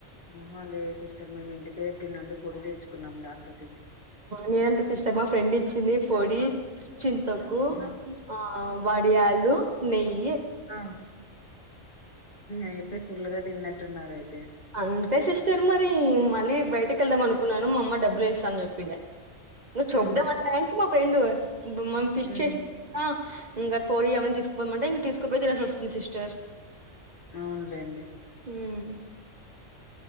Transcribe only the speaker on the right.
నేనంత సిస్టర్ మా ఫ్రెండ్ ఇచ్చింది పొడి చింతొక్కు
ఆ వడియాలు లేయి
అవును అంతే సిస్టర్ మరి మళీబ్ బయటకెళ్దాము అనుకున్నాను మా అమ్మ డబ్ వేస్తా అని చెప్పిండ నువ్ చూద్దాం
అనేసారికి మా ఫ్రెండు ఇప్పుడు మనం ఫిష్
చేసిన కూడ ఇంగ పోయి ఆమెన్ తీసుకుపోమంటే, ఇంక తీసుకుపోయి తినేసి వస్తుంది సిస్టర్
హ్మ్